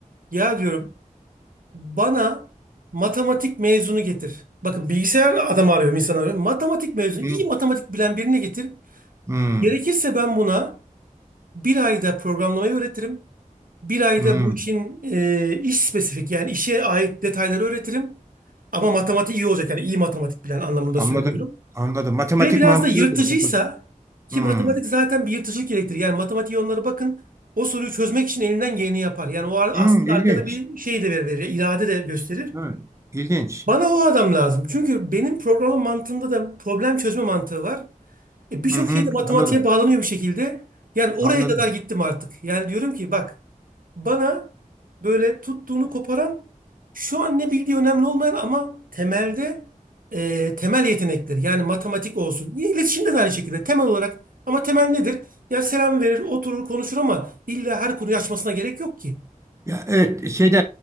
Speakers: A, on the right; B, on the right.
A: Ya diyorum bana matematik mezunu getir. Bakın bilgisayar adamı arıyorum, insan arıyorum. Matematik mezunu,
B: Hmm,
A: iyi matematik bilen birini getir.
B: hmm,
A: Gerekirse ben buna bir ayda programlamayı öğretirim. Bir ayda
B: hmm.
A: bu işin e, iş spesifik yani işe ait detayları öğretirim. Ama matematiği iyi olacak yani iyi matematik bilen anlamında
B: Anladım,
A: söylüyorum.
B: anladım. Matematik
A: Ve biraz
B: mantığı
A: da yırtıcıysa
B: da kapalı.
A: ki
B: Hmm,
A: matematik zaten bir yırtıcılık gerektirir. Yani matematiğe onlara bakın o soruyu çözmek için elinden geleni yapar. Yani o ar-
B: hmm,
A: aslında
B: ilginç.
A: arkada bir şey de ver- verir, irade de gösterir.
B: Evet, ilginç.
A: Bana o adam lazım. Çünkü benim programın mantığında da problem çözme mantığı var. E, Birçok
B: Hı hı,
A: şey de matematiğe
B: anladım,
A: bağlanıyor bir şekilde. Yani oraya
B: anladım.
A: kadar gittim artık. Yani diyorum ki bak bana böyle tuttuğunu koparan şu an ne bildiği önemli olmayan ama temelde e, temel yetenekler. Yani matematik olsun. Yine İletişimde de aynı şekilde temel olarak. Ama temel nedir? Ya selam verir, oturur, konuşur ama illa her konuyu açmasına gerek yok ki.
B: Ya evet şeyde